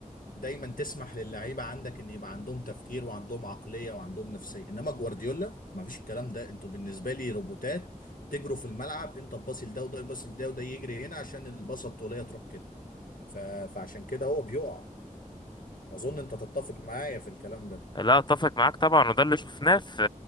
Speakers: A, on the left (about 85°); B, on the left (about 35°).
A: دايما تسمح للعيبة عندك ان يبقى عندهم تفكير وعندهم عقلية وعندهم نفسية انما جوارديولا ما فيش الكلام ده انتوا بالنسبة لي روبوتات تجروا في الملعب انت تباصي لده وده يباصي لده وده يجري هنا عشان الباصة الطولية تروح كده ف... فعشان كده هو بيقع اظن انت تتفق معايا في الكلام ده
B: لا اتفق معاك طبعا وده اللي شفناه في